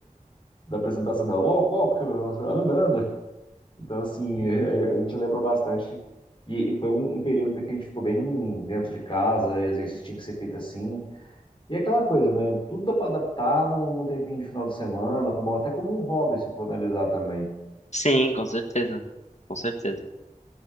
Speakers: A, on the left (about 35°); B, on the left (about 55°).
A: da apresentação dela, walk, walk, anda, anda. Então, assim, <laughs> eh, a gente lembra bastante. E, e foi um, um período que a gente ficou bem dentro de casa, e exercício tinha que ser feito assim. E é aquela coisa, né? Tudo dá para adaptar num, num tempinho de final de semana, como, até como um hobby, se for analisar também.
B: Sim, com certeza. Com certeza.